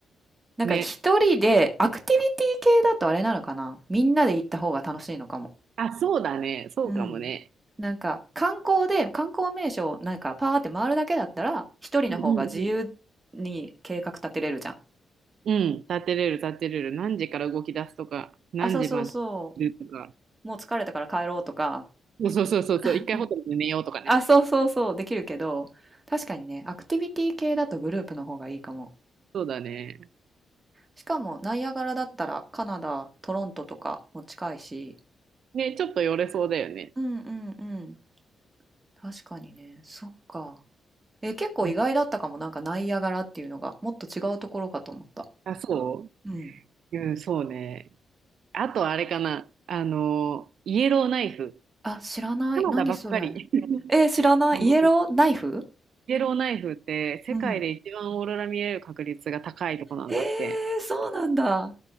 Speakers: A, on the right; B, on the right.
A: なんか一人で、
B: ね。
A: アクティビティ系だとあれなのかなみんなで行った方が楽しいのかも。
B: あ、そうだね。そうかもね。
A: うん。なんか観光で観光名所をなんかパーって回るだけだったら一人の方が自由に計画立てれるじゃん。
B: うんうんうん。うん、立てれる、立てれる。何時から動き出すとか、何時までいるとか。
A: あ、そうそうそう。もう疲れたから帰ろうとか。
B: そうそうそうそう、
A: <laughs>
B: 一回ホテルで寝ようとかね。
A: あ、そうそうそう。できるけど、確かにね、アクティビティ系だとグループの方がいいかも。
B: そうだね。
A: しかもナイアガラだったらカナダ、トロントとかも近いし。
B: ね、ちょっと寄れそうだよね。
A: うんうんうん。確かにね。そっか。え、結構意外だったかも。
B: うん
A: なんかナイアガラっていうのがもっと違うところかと思った。
B: あ、そ
A: うん。
B: ううん、そうね。あとあれかな。あの、イエローナイフ。
A: あ、知らない。
B: カナダばっかり。
A: 何それ。
B: <laughs>
A: えー知らない。
B: あの
A: イエローナイフ
B: イエローナイフって世界で一番オーロラ見れる確率が高いとこなんだって。
A: うん。えー、そうなんだ。